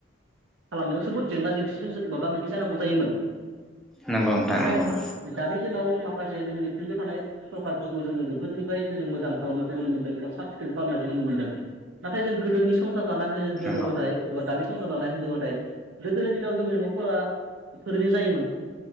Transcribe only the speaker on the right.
खालामनायाव जोबोद जेंना जेंसिजों मोगा मोगि जानांगौ जायोमोन
नाथाय
दानि दिनाव मा खासे जोंनि खुंथायाव थानाय सरखारफोरखौ जोङो बेफोरनिफ्राय जोङो मोजां खालामनायखौ नुनो मोनदों एबा साब सिखोन खालामनायखौ नुनो मोनदों नाथाय जों गोदोनि संसा हो होनोबथाय
एबा दानि संसार जानाय होनोबाथाय गोदोनि दिनाव जोंनि न'फोरा थोरिनि जायोमोन